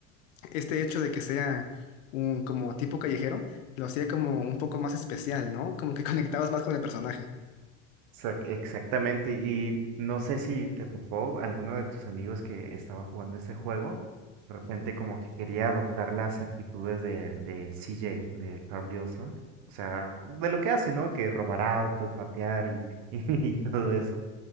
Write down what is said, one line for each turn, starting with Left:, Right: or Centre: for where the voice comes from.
Left: este hecho de que sea un como tipo callejero lo hacía como un poco más especial, ¿no? Como que <laughs> conectabas más con el personaje.
Right: Exac- Exactamente, y no sé si te tocó alguno de tus amigos que estaba jugando ese juego, de repente como que quería adoptar las actitudes de, de CJ, de Carl Wilson, o sea, de lo que hace, ¿no? Que robar autos, patear y, <laughs> y todo eso,